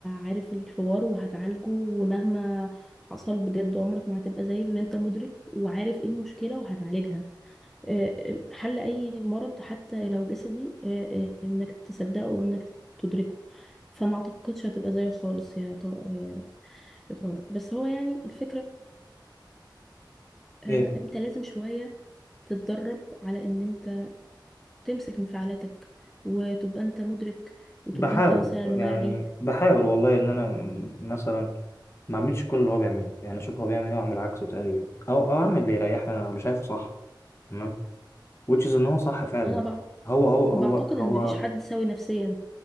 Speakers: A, in the centre; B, on the left.
A: عارف الحوار وهتعالجه ومهما حصل بجد عمرك ما هتبقى زي ان انت مدرك وعارف ايه المشكلة وهتعالجها آه، آه، حل أي مرض حتى لو جسدي آه، آه، إنك تصدقه وإنك تدركه فما أعتقدش هتبقى زيه خالص يا طا- آه، يا طارق بس هو يعني الفكرة آه،
B: ايه
A: أنت لازم شوية تتدرب على إن أنت تمسك انفعالاتك وتبقى أنت مدرك وتبقى
B: بحاول
A: أنت مثلا
B: يعني
A: واعي
B: بحاول والله ان انا مثلا ما اعملش كل اللي هو بيعمله يعني اشوف هو بيعمل ايه واعمل عكسه تقريبا او او اعمل اللي يريحني انا واللي شايفه صح تمام which is ان هو صح فعلا
A: أنا بع...
B: هو هو هو
A: بعتقد
B: هو
A: إن مفيش حد سوي نفسيا